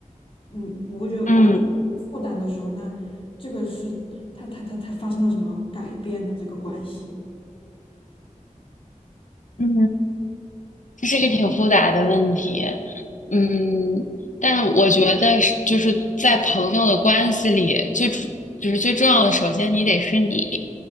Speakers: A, on the left (about 40°); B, on the left (about 65°).
A: 嗯，我会觉得我会觉得负担的时候，
B: 嗯
A: 那这个是他他他他发生了什么改变的这个关系。
B: 嗯，这是一个挺复杂的问题，嗯，但我觉得是就是在朋友的关系里，最主就是最重要的，首先你得是你。